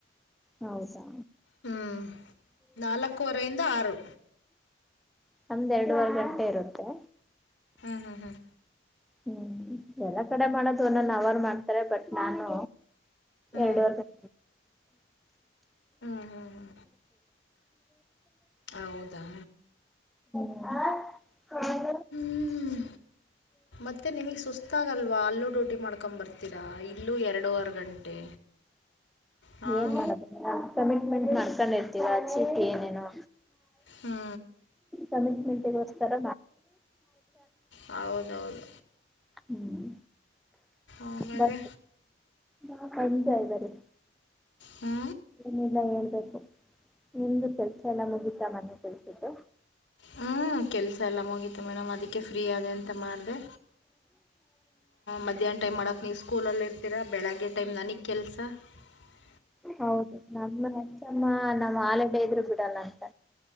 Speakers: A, in the centre; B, on the left (about 80°).
A: ಹೌದಾ
B: ಹ್ಞೂ ನಾಲ್ಕೂವರೆಯಿಂದ ಆರು
A: ಒಂದೆರಡುವರೆ ಗಂಟೆ ಇರುತ್ತೆ
B: ಹ್ಮ್ ಹ್ಮ್ ಹ್ಮ್
A: ಹ್ಮ್ ಎಲ್ಲ ಕಡೆ ಮಾಡದು ನನ್ ಅವರು ಮಾಡ್ತಾರೆ ಬಟ್ ನಾನು
B: ಹ್ಞೂ
A: ಎರಡುುವರೆ
B: ಹ್ಞೂ ಹ್ಞೂ ಹ್ಞೂ ಹ್ಞೂ ಹೌದಾ
A: ಹಾ
B: ಹ್ಮ್ ಮತ್ತೆ ನಿಮಗ್ ಸುಸ್ತಾಗಲ್ವಾ ಅಲ್ಲೂ ಡೊ ರಟಿ ಮಾಡ್ಕೊ್ ಬರ್ತೀರಾ ಇಲ್ಲೂ ಎರಡೂುವರೆ ಗಂಟೆ ಹಾಂ
A: ಏನ್ ಮಾಡದ ಕಮಿಟ್ಮೆಂಟ್ ಮಾಡ್ಕೊಂಡ ಇರ್ತೀವ ಆ ಚಿಕ್ಕೆ ಏನೇನುೋ
B: ಹ್ಞೂ
A: ಕಮಿಟ್ ಮಟಗೋಸ್ತರ
B: ಹೌದೌದು
A: ಹ್ಮ್
B: ಆಮೇಲೆ
A: ಬ ಹ ಕಂತ ಇದ್ದಾರೆ
B: ಹ್ಞೂ
A: ಏನಿಲ್ಲ ಹ ಬು ನಿಮ್ದು ಕೆಲ್ಸ ಎಲ್ಲ ಮುಗಿತಾ ಮನೆ ಕೆಲ್ಸಟ್ಟು
B: ಹ್ಞೂ ಕೆಲಸ ಎಲ್ಲ ಮುಗಿತ್ತು ಮೇಡಮ್ ಅದಕ್ಕೆ ಫ್ರೀ ಅದೆ ಅಂತ ಮಾಡಿದೆ ಮಧ್ಯಾಹ್ನ ಟೈಮ್ ಮಾಡಕ್ ನೀವು ಸ್ಕೂಲಲ್ಲಿ ಇರ್ತೀರಾ ಬೆಳಗ್ಗೆ ಟೈಮ್ ನನಗ್ ಕೆಲ್ಸ ತ್ತ
A: ಹೌದು ನಮ್ಮ ಅಚ್ಚಮ್ಮ ನಮ್ಮ ಆಲ ಬದ್ರು ಬಿಡಲ್ಲ ಅಂತ